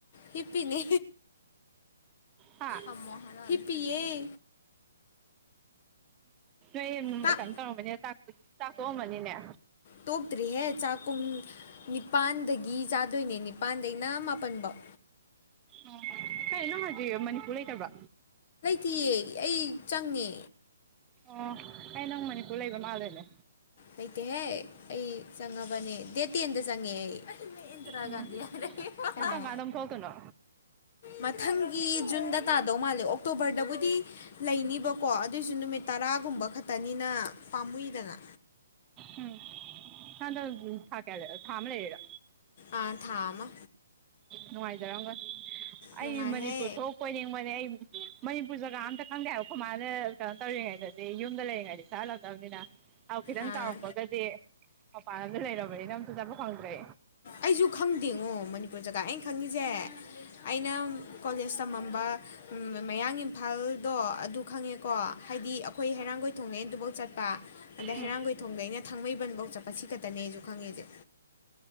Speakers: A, on the left; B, on the right.
A: ꯍꯤꯞꯄꯤꯅꯦ
B: ꯍꯥ
A: ꯑꯃ ꯍꯤ ꯄꯑꯦ
B: ꯎꯝ
A: ꯇꯥꯛ
B: ꯅ ꯀ ꯇꯣꯕ ꯇꯥꯛ ꯆꯥꯛꯊꯣꯛꯑꯝꯃꯅꯤꯅꯦ
A: ꯇꯣꯛꯇ꯭ꯔꯤꯍꯦ ꯆꯥꯛ ꯀꯨꯝ ꯅꯤꯄꯥꯟꯗꯒꯤ ꯆꯖꯥ ꯑꯗꯨꯏꯅꯦ ꯅꯤꯄꯥꯥꯟꯗꯩꯅ ꯃꯥꯄꯟꯐꯧ
B: ꯑꯣ ꯀꯩꯅꯣ ꯍꯧꯖꯤꯛ ꯃꯅꯤꯄꯨꯔ ꯂꯩꯇꯕ
A: ꯇꯤꯑ ꯑꯩ ꯆꯪꯉꯦ
B: ꯑꯣ ꯑꯩ ꯅꯪ ꯃꯅꯤꯄꯨꯔ ꯂꯩꯕ ꯃꯥꯜꯂꯦꯅꯦ
A: ꯂꯩꯇꯦꯍꯦ ꯑꯩ ꯆꯪꯉꯕꯅꯦ ꯗꯦ ꯇꯦꯟꯗ ꯆꯪꯉꯛꯦ ꯑꯩ ꯏꯟꯗꯤꯔꯥ
B: ꯎꯝ
A: ꯒꯥꯟꯙꯤ ꯍꯥꯏ
B: ꯅꯪ ꯀꯔꯝ ꯀꯥꯟꯗ ꯑꯃꯨꯛ ꯊꯣꯛꯂꯛꯇꯣꯏꯅꯣ
A: ꯃꯊꯪ ꯨꯟꯗ ꯇꯥꯗꯧ ꯃꯥꯜꯂꯦ ꯑꯣꯛꯇꯣꯕꯔꯗ ꯕꯨꯗꯤ ꯂꯩꯅꯤꯕꯀꯣ ꯑꯗꯨꯑꯣꯁꯨ ꯅꯨ ꯇꯔꯥꯒ ꯈ ꯇꯅꯤꯅ ꯄꯥꯝꯃꯨꯏꯗꯅ
B: ꯎꯝ ꯅꯗ ꯁꯥꯀꯦꯗꯦ ꯊꯂꯦ ꯌꯦꯔ
A: ꯑꯥ ꯊꯥꯃ
B: ꯅꯨꯡꯉꯥꯏꯖꯔꯕ ꯑꯩ
A: ꯅꯨꯡꯉꯥꯏꯍꯦ
B: ꯃꯅꯤꯄꯨꯔ ꯊꯣꯛꯄ ꯅ ꯃꯣꯟꯅꯦ ꯑꯩ ꯃꯅꯤꯄꯨꯔ ꯖꯒꯥ ꯑꯝꯇ ꯈꯪꯗꯦ ꯍꯥꯏꯕꯀꯣ ꯃꯥꯅ ꯀꯩꯅꯣ ꯇꯧꯔꯤꯉꯩꯗꯗꯤ ꯌꯨꯝꯗ ꯂꯩꯔꯤꯉꯩꯗꯤ ꯆꯠꯂꯛꯇꯕꯅꯤꯅ ꯑꯥꯎ ꯈꯤꯇꯪ
A: ꯑꯥ
B: ꯆꯥꯎꯔꯛꯄꯒꯗꯤ ꯃꯄꯥꯥꯟ ꯑꯗꯨ ꯂꯩꯔꯔꯕꯕ ꯅꯝ ꯇ ꯆꯄꯛ ꯈꯪꯗ꯭ꯔꯦ
A: ꯑꯩꯁꯨ ꯈꯪꯗꯦꯉꯣꯅꯤꯨꯔ ꯑꯩꯣꯏ ꯖꯒꯥ ꯑꯩꯅ ꯈꯪꯉꯤꯁꯦ ꯑꯩꯅ ꯀꯣꯂꯦꯖ ꯇꯝꯃꯝꯕ ꯎꯝ ꯃꯌꯥꯡ ꯏꯝꯐꯥꯜꯗꯣ ꯑꯗꯨ ꯈꯪꯉꯦꯀꯣ ꯍꯥꯏꯗꯤ ꯑꯩꯈꯣꯏ ꯍꯩꯔꯥꯡꯒꯣꯏ ꯊꯣꯡꯉꯩ ꯑꯗꯨꯕ ꯠꯄ ꯑꯗ
B: ꯎꯝ
A: ꯍꯩꯔꯥꯡꯒꯣꯏ ꯊꯣꯡꯗꯩꯅ ꯊꯥꯡꯃꯩꯕꯟꯐꯧ ꯆꯠꯄ ꯁꯤ ꯈꯛꯇꯅꯦꯁꯨ ꯈꯪꯉꯦꯁꯦ